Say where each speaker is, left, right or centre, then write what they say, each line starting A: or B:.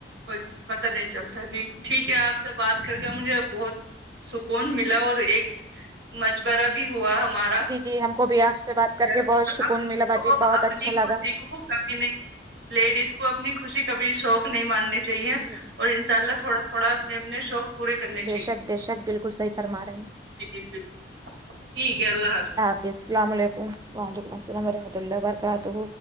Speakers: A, on the right (about 65°); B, on the right (about 20°).
A: کچھ پتا نہیں چلتا ہے د ٹھیک ہے آپ بات کر کے مجھے بہت سکون ملا اور ایک مج برا بھی ہوا ہمارا
B: جی جی ہم کو بھی آپ سے بات کر
A: اپ
B: کے
A: کو
B: بہت سکون ملا باجی
A: <inaudible>
B: بہت
A: اپنی
B: اچھا لگا
A: خوشی کو کبھی نہیں لیڈیز کو اپنی خوشی کبھی شوق نہیں ماننی چاہیے اور
B: جی جی
A: <unintelligible> کرلو تھوڑا تھوڑا اپنے اپنے شوق پورے کرنے
B: بے شک بے شک بالکل صحیح فرما رہے ہیں
A: جی <unintelligible> ٹھیک ہے اللہ حافظ
B: جی السلام علیکم وعلیکم السلام ورحمۃ اللہ وبرکاتہ